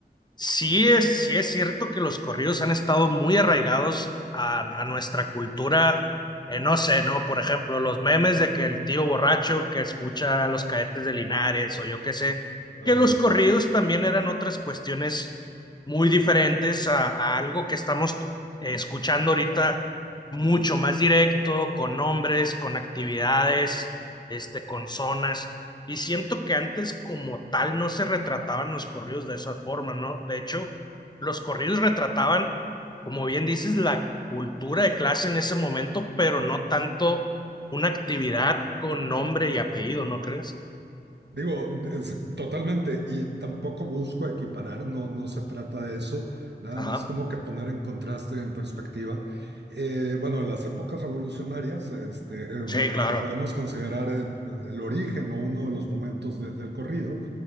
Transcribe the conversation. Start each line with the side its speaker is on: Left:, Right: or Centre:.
Left: Sí es, sí es cierto que los corridos han estado muy arraigados a, a nuestra cultura, eh, no sé, ¿no? Por ejemplo, los memes de que el tío borracho que escucha a los cadetes de Linares o yo qué sé,
Right: a
Left: que
Right: huevo.
Left: los corridos también eran otras cuestiones muy diferentes a, a algo que estamos eh, escuchando ahorita mucho más directo, con nombres, con actividades, este, con zonas. Y siento que antes como tal no se retrataban los corridos de esa forma, ¿no? De hecho, los corridos retrataban, como bien dices, la cultura de clase en ese momento, pero no tanto una actividad con nombre y apellido, ¿no crees?
Right: Digo, es- totalmente, y tampoco busco equiparar, no, no se trata de eso, nada
Left: Ajá.
Right: más como que poner en contraste y en perspectiva. Eh, bueno, en las épocas revolucionarias, este, eh, bu-
Left: Sí, claro.
Right: que podemos considerar eh, el origen o uno de los momentos de- del corrido,